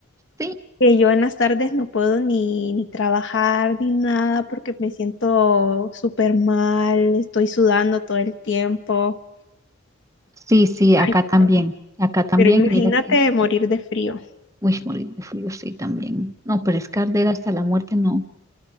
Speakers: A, on the right; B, on the left.
A: Sí,
B: que yo en las tardes no puedo ni, ni trabajar ni nada porque me siento súper mal, estoy sudando todo el tiempo.
A: sí, sí, acá
B: Ay,
A: también.
B: pero,
A: Acá también,
B: pero imagínate
A: y mira que.
B: morir de frío.
A: Uy, morir de frío, sí, también. No, pero es que arder hasta la muerte, no.